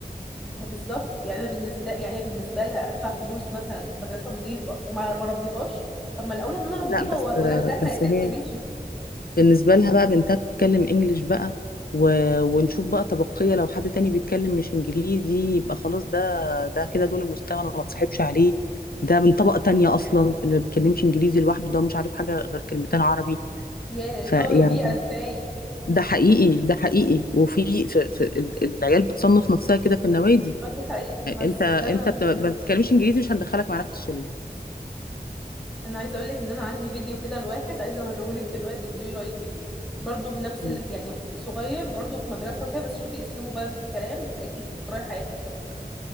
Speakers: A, in the centre; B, on the left.
A: ما هو بالظبط يعني انا بالنسبه يعني هي بالنسبه لها ادفع فلوس مثلا في مدرسه نظيفه وما ما ربيهاش طب ما الاولى ان انا اربيها
B: لا بس
A: و- وادخلها
B: بس
A: يا ستي
B: هي
A: ماشي
B: بالنسبه لها بقى بنتها بتتكلم انجليش بقى و... ونشوف بقى طبقيه لو حد تاني بيتكلم مش انجليزي يبقى خلاص ده ده كده دون المستوى انا ما اتصاحبش عليه ده من طبقه تانية اصلا اللي ما بيتكلمش انجليزي لوحده ده مش عارف حاجه غير كلمتين عربي
A: يا
B: فيعني
A: ياي بيئه ازاي
B: ده حقيقي ده حقيقي وفي في... في... ال- العيال بتصنف نفسها كده في النوادي
A: ما دي حقيقه بس
B: انت انت
A: ده انا ضده
B: بت- ما
A: برضه.
B: بتتكلمش انجليزي مش هندخلك معانا في الشله
A: انا عايزه اقول لك ان انا عندي فيديو كده لواحد عايزه اوريه لك دلوقتي تقولي لي رايك فيه برضه بنفس
B: مم.
A: ال... يعني صغير برضه في مدرسه وكده بس شوفي اسلوبه بقى في الكلام تلاقيكي تكرهي حياتك بقى